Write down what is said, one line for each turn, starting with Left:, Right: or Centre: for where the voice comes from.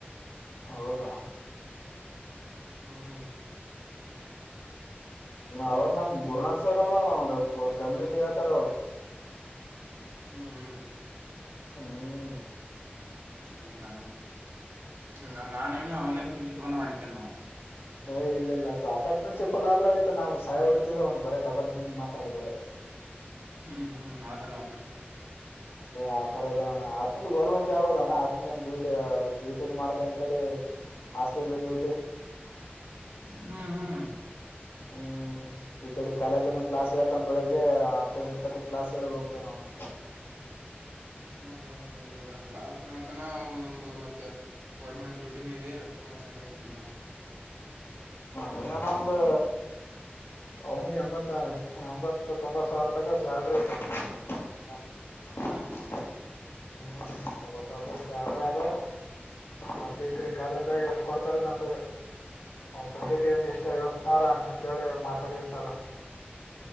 Left: ಹೌದಾ
Right: ಹ್ಮ್
Left: ಅವ್ರ ನಮ ಗುರುನಾಥ್ವರನೋಡ ಆಣ ಅವ ಕಮ್ಯೂನಿಟಿ ಯ ತರದ
Right: ಹ್ಮ್ ಹ್ಮ್
Left: ಹ್ಮ್
Right: ಹೌದಾ ಹ್ಮ ನಾನೇನು ಅವನೇ ಪ್ರಿನ್ಸಿಪಲ್ ಅಂತ ಮಾಡಿದ್ದೇನ
Left: ಏ್ ಇಲ್ಲ ಇಲ್ಲ ಅ ಆತ ಪ್ರಿನ್ಸಿಪಲ್ ಆದ್ರ ಆಯ್ತಾ ನಾ್ ಸಹಾಯ ಹೊಡಿತದ ಒಂದ ಬರೀ ಡಬಲ್ ಮೀನಿಂಗ್ ಮಾತಾಡಿ ಬರೀ
Right: ಹ್ಮ್
Left: ನಿ
Right: ಹ್ಮ್ ಆತರ ಅವನ
Left: ಅ ತರ ಇದಣ್ಣ ಅತ್ನ ಗರ್ಮೆಟ್ ಜಾಬ್ ಅದ ಅಣ ಅತ್ ಡೂಟಿ ಡ್ಯೂಟಿ ಮಾಡ್ತಾನ ಕಡೆ ಹಾಸ್ಪಿಟಲ್ ಡ್ಯೂಟಿ
Right: ಹ್ಮ ಹ್ಮ್
Left: ಹ್ಮ ಹ್ಮ್ ಈ ಕಡೆ ಕಾಲೇಜನ ಕ್ಲಾಸ್ ಹೇಳ್ತಾನ ಬೆಳಿಗ್ಗೆ ಹತ್ತು ಗಂಟೆ ತ ಕ್ಲಾಸ್ ಹೇಳಿ ಹೋಗ್ತಾನ ಅವನು
Right: ಹೌದೌ ಹೌದು ಯೋಗಾ ಕ್ಲಾಸ್ ತನ ಒಂದು ಮತ್ತೆ ಗೌರ್ಮೆಂಟ್ ಡ್ಯೂಟಿನ ಇದೆ ತುಂಬಾ ಚೆನ್ನಗಿದನ
Left: ಹ್ಮ್ಾನ ಒಂದು ಅವನಿಗೆ ಎಂಬತ್ತ ಎಂಬತ್ತು ತೊಂಬತ್ತು ಸಾವಿರ ತಕ ಸ್ಯಾಲ್ರಿ ಐತ ಹ
Right: ಹ್ಮ್
Left: ಹ್ಮ್ ಬ ಚ ಕದ ಮತ್ತೆ ಈ ಕಡೆ ಕಾಲೇಜ್ದಾಗ ಎಷ್ಟ ಕೊಡ್ತಾರ ನತ್ತಾಗ ಸಟಂತ ಇಷ್ಟ ಇವ ಸಾರ ಹಂಗಂತೇಳಿ ಮಾತಾಡಿರ್ತಾರ